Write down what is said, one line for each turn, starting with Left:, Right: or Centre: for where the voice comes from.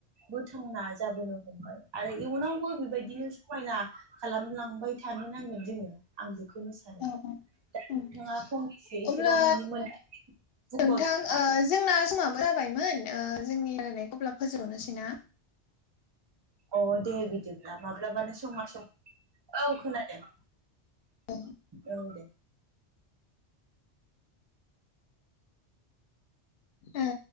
Right: बोथांना जाबोनो हमबाय आरो इयुनावबो बेबायदिनो समायना खालामलांबाय थानो नांगोन जोङो आं खौनो सानो
Left: औ औ
Right: दा नोंथाङा
Left: उम
Right: फंनैसो एसेबाव
Left: अब्ला
Right: नोंनि मोन <unintelligible> बुंबावदों
Left: नोंथां
Right: नामा
Left: ओ जोंना समाबो जाबायमोन ओ जोंनि रायलायनाय अब्ला फोजाबनोसैना?
Right: अ दे बिदिब्ला माब्लाबानो समा सम औ खोनादों
Left: <unintelligible>
Right: औ दे
Left: ओ